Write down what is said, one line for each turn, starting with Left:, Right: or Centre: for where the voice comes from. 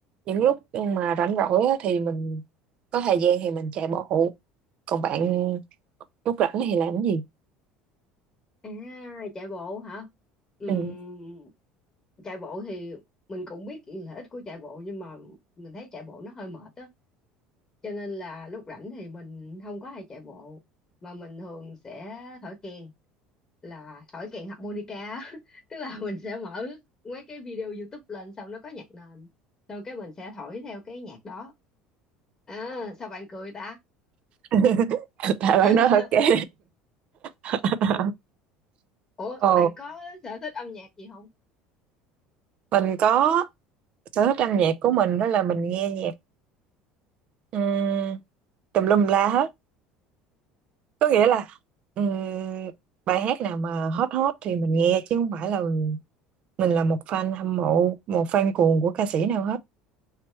Right: những lúc mà rảnh rỗi á, thì mình có thời gian thì mình chạy bộ còn bạn lúc rảnh thì làm cái gì
Left: À, chạy bộ hả? Ừm,
Right: ừ.
Left: chạy bộ thì mình cũng biết lợi ích của chạy bộ nhưng mà mình thấy chạy bộ nó hơi mệt á. Cho nên là lúc rảnh thì mình không có hay chạy bộ mà mình thường sẽ thổi kèn là thổi kèn harmonica á. <laughs> tức là mình sẽ mở mấy cái video YouTube lên xong nó có nhạc nền xong cái mình sẽ thổi theo cái nhạc đó. À, sao bạn cười ta?
Right: <laughs> tại bạn
Left: <laughs>
Right: nói hơi kém <laughs>
Left: Ủa,
Right: Ồ,
Left: bạn có sở thích âm nhạc gì không?
Right: mình có sở thích âm nhạc của mình đó là mình nghe nhạc um, tùm lum la hết. Có nghĩa là ừm, bài hát nào mà hot hot thì mình nghe chứ không phải là mình là một fan hâm mộ, một fan cuồng của ca sĩ nào hết.